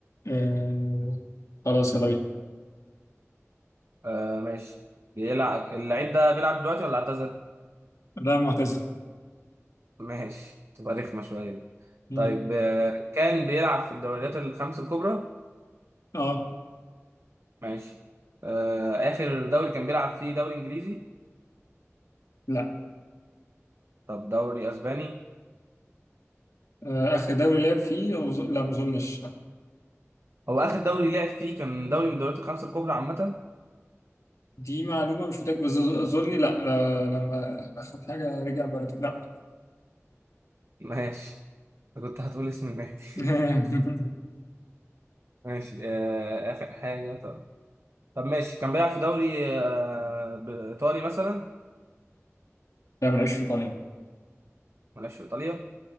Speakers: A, on the left; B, on the right.
A: آه خلاص يلا بينا
B: آه ماشي بيلعب اللعيب ده بيلعب دلوقتي ولا اعتزل
A: ده معتزل
B: ماشي تبقى رخمة شوية دي
A: مم.
B: طيب آه كان بيلعب في الدوريات الخمس الكبرى
A: اه
B: ماشي آه اخر دوري كان بيلعب فيه دوري انجليزي
A: لا
B: طب دوري اسباني
A: آه، آخر دوري لعب فيه أظ- لا ما أظنش لا
B: هو اخر دوري لعب فيه كان دوري من الدوريات الخمس الكبرى عامة
A: دي معلومة مش متأكد بس أظ- أظني لا, لا لما آخر حاجة رجع بلد لا
B: ماشي أنا كنت هتقول اسم النادي
A: <laughs>
B: <laughs> ماشي آه آخر حاجة طب ماشي كان بيلعب في دوري آه، ب- ايطالي مثلا
A: لا ما لعبش في إيطاليا
B: ما لعبش في ايطاليا